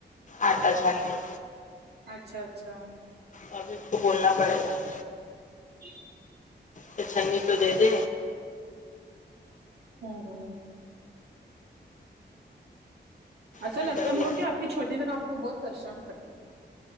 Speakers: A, on the left; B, on the right.
A: آٹا چھاننے <inaudible>
B: اچھا اچھا
A: اب اس کو بولنا پڑے گا
B: <inaudible>
A: تو چھنی تو دے دے
B: ہوں ہوں ایسا
A: کیا
B: لگتا
A: کر
B: ہے
A: دیا؟
B: میرے کو کہ آپ کی چھوٹی بہن آپ کو بہت پریشان کرتی ہیں